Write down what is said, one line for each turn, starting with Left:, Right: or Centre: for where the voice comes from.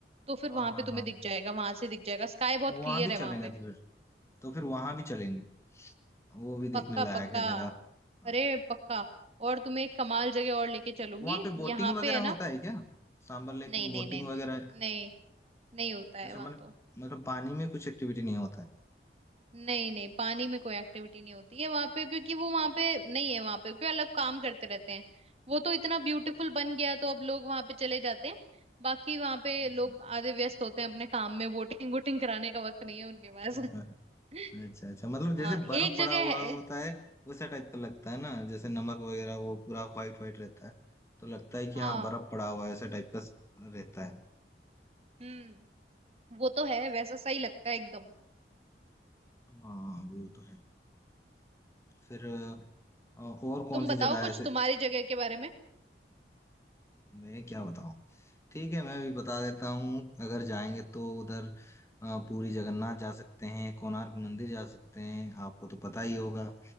Right: तो फिर
Left: हाँ
Right: वहां
Left: हाँ
Right: पे तुम्हें
Left: हाँ
Right: दिख जाएगा वहां से दिख जाएगा स्काई बहुत
Left: वहां
Right: क्लियर
Left: भी
Right: है वहां
Left: चलेंगे
Right: पे
Left: तो फिर तो फिर वहां भी चलेंगे वो भी देखने
Right: पक्का
Left: लायक
Right: पक्का
Left: है जगह हाँ
Right: अरे पक्का और तुम्हें एक कमाल जगह और लेके चलूंगी
Left: वहां पे बोटिंग
Right: यहाँ
Left: वगैरह
Right: पे है ना
Left: होता है क्या सांबर लेक
Right: नहीं
Left: में
Right: नहीं
Left: बोटिंग
Right: नहीं
Left: वगैरह है?
Right: नहीं नहीं होता है
Left: अच्छा
Right: वहां
Left: मतलब
Right: तो
Left: मतलब पानी में कुछ एक्टिविटी नहीं होता है
Right: नहीं नहीं पानी में कोई एक्टिविटी नहीं होती है वहां पे क्योंकि वो वहां पे नहीं है वहां पे क्योंकि अलग काम करते रहते हैं वो तो इतना ब्यूटीफुल बन गया तो अब लोग वहां पे चले जाते हैं बाकी वहां पे
Left: अच्छा
Right: लोग
Left: अच्छा <laughs>
Right: आधे व्यस्त होते हैं अपने काम में वोटिंग वोटिंग कराने का वक्त नहीं है उनके पास
Left: हाँ, हाँ,
Right: <laughs>
Left: अच्छा अच्छा मतलब जैसे
Right: हाँ एक
Left: बर्फ
Right: जगह
Left: पड़ा हुआ होता
Right: है
Left: है वैसा टाइप का लगता है ना जैसे नमक वगैरह वो पूरा व्हाइट व्हाइट रहता है तो लगता है कि
Right: हाँ
Left: हाँ बर्फ पड़ा हुआ है ऐसा टाइप का रहता है
Right: हम्म वो तो है वैसा सही लगता है एकदम
Left: हाँ वो तो है फिर अ, और कौन
Right: तुम
Left: सी
Right: बताओ
Left: जगह
Right: कुछ
Left: है
Right: तुम्हारी जगह के बारे में
Left: मैं क्या बताऊं ठीक है मैं भी बता देता हूँ अगर जाएंगे तो उधर अ, पुरी जगन्नाथ जा सकते हैं कोणार्क मंदिर जा सकते हैं आपको तो पता ही होगा